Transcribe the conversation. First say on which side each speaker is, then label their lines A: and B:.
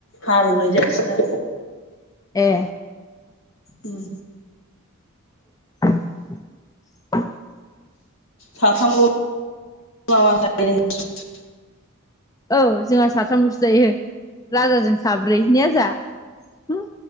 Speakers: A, on the left; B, on the left.
A: हालौनाय जायसिनो
B: ए
A: उम
B: <unintelligible>
A: साथामल' <unintelligible>
B: औ जोंहा साथामल'सो जायो राजाजों साब्रै ने आजा उ